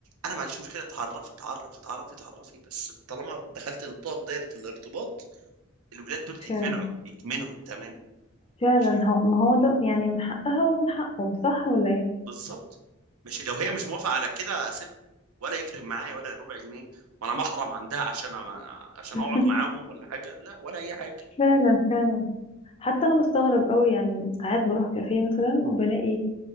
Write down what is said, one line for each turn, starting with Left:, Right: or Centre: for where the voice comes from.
Right: أنا ما عنديش مشكلة اتعرف اتعرف اتعرف اتعرفي بس طالما دخلت نطاق دايرة الارتباط الولاد دول يتمنعوا
Left: فعلا
Right: يتمنعوا تماما
Left: فعلا
Right: ماشي
Left: هو ما هو ده يعني من حقها ومن حقه صح ولا ايه
Right: بالظبط مش لو هي مش موافقه على كده اسيبها ولا يفرق معايا ولا ربع جنيه وانا محرم عندها عشان أ... عشان
Left: <laughs>
Right: اقعد معاهم ولا حاجه لا ولا اي حاجه
Left: فعلا فعلا حتى انا بستغرب قوي يعني ساعات بروح كافيه مثلا وبلاقي